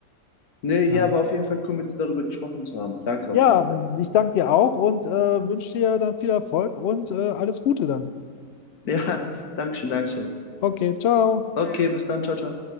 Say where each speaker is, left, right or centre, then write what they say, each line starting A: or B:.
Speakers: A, on the left (about 85°); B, on the left (about 60°).
A: Nee,
B: Naja.
A: ja, war auf jeden Fall cool, mit dir darüber gesprochen zu haben. Danke auf
B: Ja,
A: jeden Fall.
B: Ja, ich danke dir auch und äh, wünsche dir dann viel Erfolg und äh, alles Gute dann.
A: Ja, <laughs> Dankeschön, Dankeschön.
B: Okay, ciao.
A: Okay, bis dann, ciao, ciao.